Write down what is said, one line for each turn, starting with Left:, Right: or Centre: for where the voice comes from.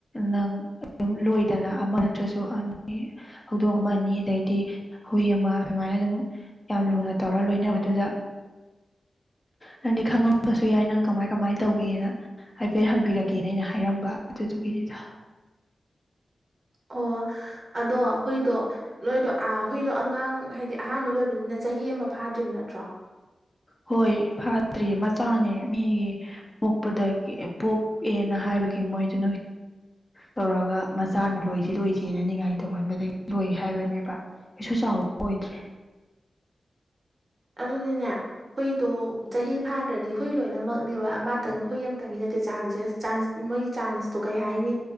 Left: ꯅꯪ ꯑꯗꯨꯝ ꯂꯣꯏꯗꯅ ꯑꯃ ꯅꯠꯇ꯭ꯔꯁꯨ ꯑꯅꯤ ꯍꯧꯗꯣꯡ ꯑꯃ ꯑꯅꯤ ꯑꯗꯩꯗꯤ ꯍꯨꯏ ꯑꯃ ꯑꯗꯨꯃꯥꯏꯅ ꯑꯗꯨꯝ ꯌꯥꯝ ꯂꯨꯅ ꯇꯧꯔꯒ ꯂꯣꯏꯅꯕꯗꯨꯗ ꯅꯪꯗꯤ ꯈꯪꯉꯝꯕꯁꯨ ꯌꯥꯏ ꯅꯪ ꯀꯃꯥꯏ ꯀꯃꯥꯏ ꯇꯧꯒꯦꯅ ꯍꯥꯏꯐꯦꯠ ꯍꯪꯕꯤꯔꯛꯀꯦꯅ ꯑꯩꯅ ꯍꯥꯏꯔꯝꯕ ꯑꯗꯨꯗꯨꯒꯤꯅꯤꯗ
Right: ꯑꯣ ꯑꯗꯣ ꯍꯨꯏꯗꯣ ꯅꯣꯏꯗꯣ ꯑꯥ ꯍꯨꯏꯗꯣ ꯑꯉꯥꯡ ꯍꯥꯏꯗꯤ ꯑꯍꯥꯟꯕ ꯂꯣꯏꯕꯅꯤꯅ ꯆꯍꯤ ꯑꯃ ꯐꯥꯗ꯭ꯔꯤꯕ ꯅꯠꯇ꯭ꯔꯣ
Left: ꯍꯣꯏ ꯐꯥꯗ꯭ꯔꯤꯌꯦ ꯃꯆꯥꯅꯦ ꯃꯤꯒꯤ ꯄꯣꯛꯄꯗꯒꯤ ꯄꯣꯛꯑꯦꯅ ꯍꯥꯏꯕꯒꯤ ꯃꯣꯏ <inaudible> ꯇꯧꯔꯒ ꯃꯆꯥꯅ ꯂꯣꯏꯁꯤ ꯂꯣꯏꯁꯤꯅ ꯅꯤꯡꯉꯥꯏ ꯇꯧꯃꯥꯟꯕꯗꯒꯤ ꯂꯣꯏ ꯍꯥꯏꯕꯅꯦꯕ ꯀꯩꯁꯨ ꯆꯥꯎꯕ ꯑꯣꯏꯗ꯭ꯔꯤ
Right: ꯑꯗꯨꯗꯤꯅꯦ ꯍꯨꯏꯗꯣ ꯆꯍꯤ ꯐꯥꯗ꯭ꯔꯗꯤ ꯍꯨꯏ ꯂꯣꯏꯅꯃꯛꯅꯦꯕ ꯃꯥꯇꯪ ꯍꯨꯏ ꯑꯃꯇꯪꯒꯤ ꯅꯠꯇꯦ ꯆꯥꯟꯁꯦꯁ ꯆꯥꯟꯁ ꯃꯣꯏꯒꯤ ꯆꯥꯟꯁꯇꯣ ꯀꯩ ꯍꯥꯏꯅꯤ